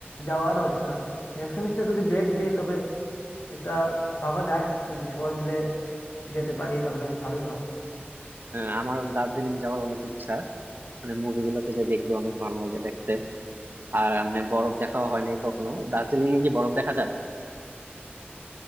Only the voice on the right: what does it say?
আহ, আমার দার্জিলিং যাওয়ার অনেক ইচ্ছা মানে মুভিগুলোতে যে দেখি অনেক ভালো লাগে দেখতে আর এমনি বরফ দেখাও হয় নাই কখনো দার্জিলিং এ কি বরফ দেখা যায়